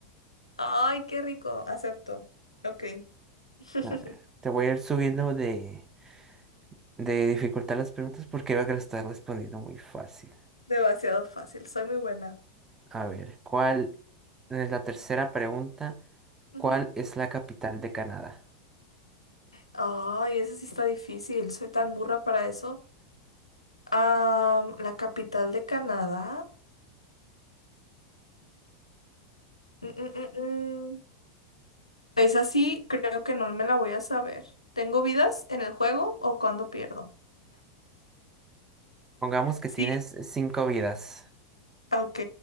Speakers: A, on the left (about 85°); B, on the right (about 15°).
A: Ay, qué rico. Acepto. Ok. <laughs>
B: A ver, te voy a ir subiendo de, de dificultad las preguntas porque veo a estar respondiendo muy fácil.
A: Demasiado fácil. Soy muy buena.
B: A ver, ¿cuál? es La tercera pregunta.
A: Ujú.
B: ¿Cuál es la capital de Canadá?
A: Ay, eso sí está difícil. Soy tan burra para eso. Am, la capital de Canadá. Mm, mm, mm, mm. Es así, creo que no me la voy a saber. ¿Tengo vidas en el juego o cuando pierdo?
B: Pongamos que
A: Sí.
B: tienes cinco vidas.
A: Ok.